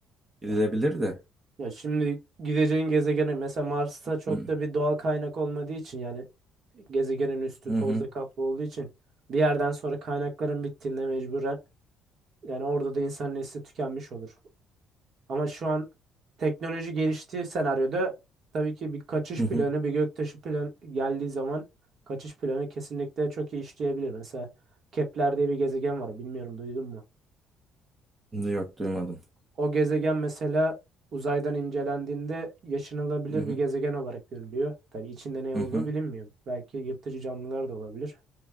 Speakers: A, on the right; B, on the right.
A: gidilebilir
B: Ya,
A: de.
B: ya şimdi gideceğin gezegene mesela Mars'ta çok
A: Hı hı.
B: da bir doğal kaynak olmadığı için yani gezegenin üstü
A: Hı
B: tozla
A: hı.
B: kaplı olduğu için bir yerden sonra kaynakların bittiğinde mecburen Yani orada da insan nesli tükenmiş olur. Ama şu an teknoloji geliştiği senaryoda tabii ki bir kaçış
A: Hı hı.
B: planı, bir göktaşı planı geldiği zaman kaçış planı kesinlikle çok iyi işleyebilir. Mesela Kepler diye bir gezegen var. Bilmiyorum duydun mu?
A: Yok duymadım.
B: O gezegen mesela uzaydan incelendiğinde yaşanılabilir
A: Hı hı.
B: bir gezegen olarak görülüyor. Tabii içinde ne
A: Hı
B: olduğu
A: hı.
B: bilinmiyor. Belki yırtıcı canlılar da olabilir.